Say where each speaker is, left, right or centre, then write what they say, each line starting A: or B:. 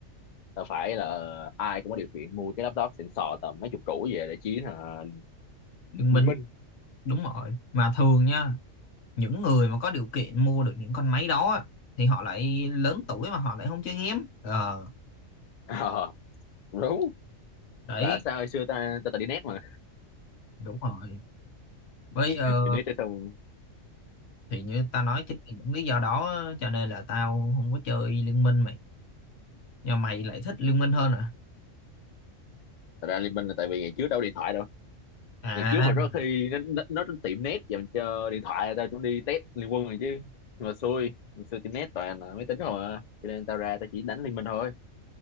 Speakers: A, on the left (about 80°); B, on the left (about 60°).
A: đâu phải là ai cũng có điều kiện mua cái laptop xịn sò tầm mấy chục củ về để chiến ờ,
B: Đừng
A: liên
B: minh
A: minh
B: đúng rồi mà thường nha những người mà có điều kiện mua được những con máy đó á, thì họ lại lớn tuổi mà họ lại không chơi game ờ
A: ờ đúng
B: đấy
A: bảo sao hồi xưa ta ta, ta đi net mà
B: đúng rồi với
A: <laughs>
B: ờ,
A: đi net cho xong
B: thì như ta nói chính vì những lý do đó cho nên là tao không có chơi Liên Minh mày nhưng mà mày lại thích Liên Minh hơn à
A: thật ra Liên Minh là tại vì ngày trước đâu có điện thoại đâu
B: à
A: ngày trước mà rất khi nó nó, nó tiệm net dành cho điện thoại tao cũng đi test Liên Quân rồi chứ nhưng mà xui ngày xưa tiệm net toàn là máy tính không à cho nên tao ra tao chỉ đánh Liên Minh thôi